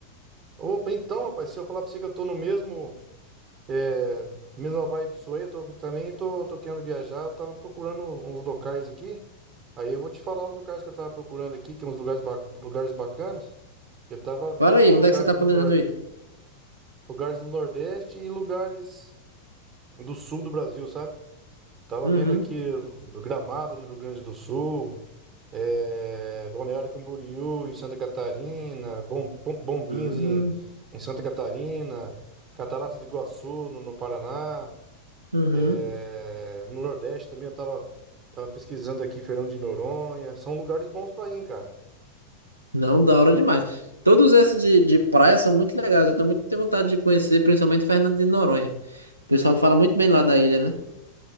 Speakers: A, on the right; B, on the right.
A: Opa, então, rapaz, se eu falar pra você que eu tô no mesmo, é, mesma vibe sua aí, eu tô, também tô, tô querendo viajar, eu tava procurando uns locais aqui, aí eu vou te falar os locais que eu tava procurando aqui, que é uns lugares, ba- lugares bacanas. Eu tava vendo
B: Fala aí, onde
A: lugares
B: é que você tá planejando
A: no nor,
B: ir?
A: lugares no Nordeste e lugares do Sul do Brasil, sabe? Tava
B: Uhum.
A: vendo aqui no Gramado, no Rio Grande do Sul, é, Balneário Camboriú em Santa Catarina, Bom, Bom- Bombinhas
B: Hum,
A: em, em Santa Catarina, Cataratas do Iguaçu no, no Paraná,
B: Uhum.
A: é, no Nordeste também eu tava, tava pesquisando aqui Fernando de Noronha, são lugares bons pra ir, cara.
B: Não, da hora demais. Todos esses de, de praia são muito legais. Eu também tenho vontade de conhecer, principalmente Fernando de Noronha. O pessoal fala muito bem lá da ilha, né?